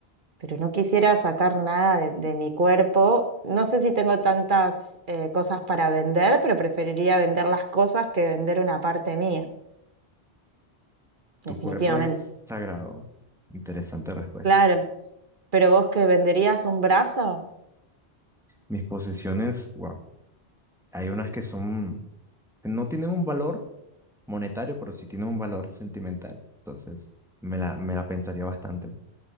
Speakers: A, on the right (about 50°); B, in the centre.
A: pero no quisiera sacar nada de, de mi cuerpo. No sé si tengo tantas eh, cosas para vender, pero preferiría vender las cosas que vender una parte mía,
B: Tu
A: definitivamente.
B: cuerpo es sagrado. Interesante respuesta.
A: Claro, pero vos que venderías un brazo,
B: Mis posesiones, wow. Hay unas que son, que no tienen un valor monetario, pero sí tienen un valor sentimental. Entonces, me la, me la pensaría bastante.